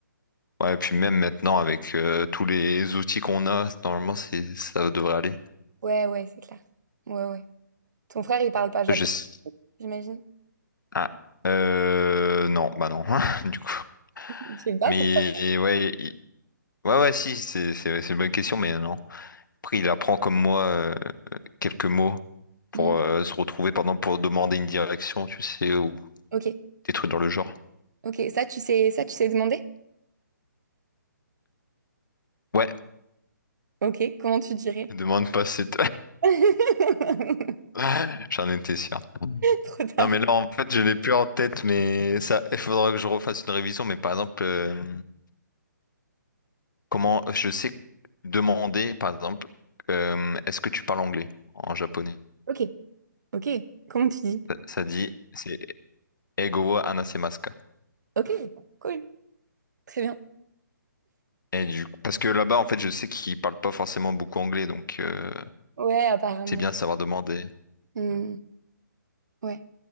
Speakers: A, on the left; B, on the right.
A: Ouais, et puis même maintenant, avec euh, tous les outils qu'on a, normalement, c'est, ça devrait aller.
B: Ouais, ouais, c'est clair. Ouais, ouais. Ton frère, il parle pas japonais,
A: Je... sais-
B: j'imagine.
A: Ah, euh, non, bah non, <laughs> du coup.
B: Je sais pas
A: Mais
B: pourquoi.
A: ouais, il- ouais, ouais, si, c'est c'est- c'est une bonne question, mais non. Après, il apprend comme moi euh, quelques mots. pour
B: Mhm.
A: euh, se retrouver par exemple pour demander une direction, tu sais, ou
B: Ok,
A: des trucs dans le genre.
B: ok. Ça, tu sais, ça, tu sais demander?
A: Ouais,
B: Ok, comment tu dirais?
A: demande pas cette.
B: <laughs>
A: <laughs> J'en étais sûr.
B: Trop tard.
A: Non, mais là, en fait, je l'ai plus en tête, mais ça, il faudra que je refasse une révision. Mais par exemple, euh, comment je sais demander, par exemple, euh, est-ce que tu parles anglais en japonais?
B: Ok, ok. Comment tu dis?
A: Ça, ça dit, c'est Ego wa hanasemasu ka
B: Ok, cool. Très bien.
A: Et du coup- parce que là-bas, en fait, je sais qu'ils parlent pas forcément beaucoup anglais, donc euh,
B: Ouais, apparemment.
A: c'est bien de savoir demander.
B: Hmm, ouais.